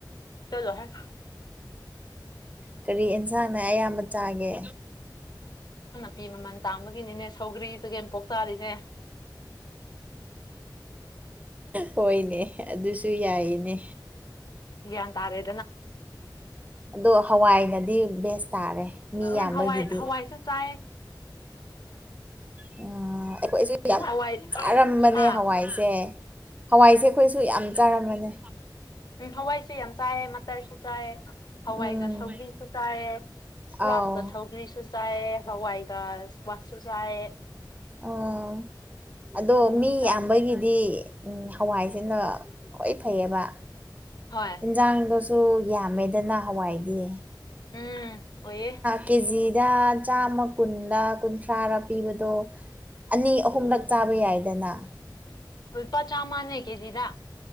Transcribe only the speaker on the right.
ꯀꯔꯤ ꯑꯦꯟꯁꯥꯡꯅ ꯑꯌꯥꯝꯕ ꯆꯥꯒꯦ
ꯍꯣꯏꯅꯦ ꯑꯗꯨꯁꯨ ꯌꯥꯏꯅꯦ
ꯑꯗꯣ ꯍꯋꯥꯏꯅꯗꯤ ꯕꯦꯁ ꯇꯥꯔꯦ ꯃꯤ
ꯌꯥꯝꯕꯒꯤꯗꯤ
ꯑꯩꯈꯣꯏꯁꯨ ꯌꯥꯝ
ꯆꯥꯔꯝꯕꯅꯦ
ꯍꯋꯥꯏꯁꯦ ꯍꯋꯥꯏꯁꯦ ꯑꯩꯈꯣꯏꯁꯨ ꯌꯥꯝ ꯆꯥꯔꯃꯅꯦ
ꯎꯝ
ꯑꯥꯎ
ꯑꯥ ꯑꯗꯣ
ꯃꯤ
ꯌꯥꯝꯕꯒꯤꯗꯤ ꯍꯋꯥꯏꯁꯤꯅ ꯈ꯭ꯋꯥꯏ ꯐꯩꯌꯦꯕ
ꯑꯦꯟꯖꯥꯡꯗꯨꯁꯨ ꯌꯥꯝꯃꯦꯗꯅ ꯍꯋꯥꯏꯗꯤ
ꯀꯦꯖꯤꯗ ꯆꯥꯝꯃ ꯀꯨꯟꯗ ꯀꯨꯟꯊ꯭ꯔꯥꯔ ꯄꯤꯕꯗꯣ ꯑꯅꯤ ꯑꯍꯨꯝꯂꯛ ꯆꯥꯕ ꯌꯥꯏꯗꯅ